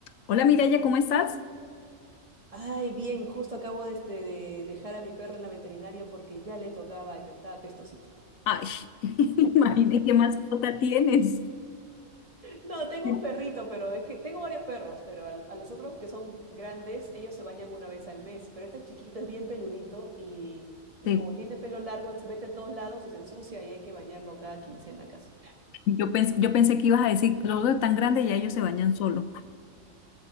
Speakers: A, on the left; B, on the right.
A: Hola Miraya, ¿cómo estás?
B: Ay, bien, justo acabo de, este, de dejar a mi perro en la veterinaria porque ya le tocaba baño, estaba pestosito.
A: Ay, <laughs> imaginé qué mascota tienes.
B: No, tengo
A: Sí,
B: un perrito, pero es que tengo varios perros, pero al- a, los otros que son grandes, ellos se bañan una vez al mes, pero este chiquito es bien peludito y, y
A: sí.
B: como tiene pelo largo, se mete en todos lados y se ensucia y hay que bañarlo cada quincena casi.
A: Yo pensé, yo pensé que ibas a decir, los dos tan grandes ya ellos se bañan solos.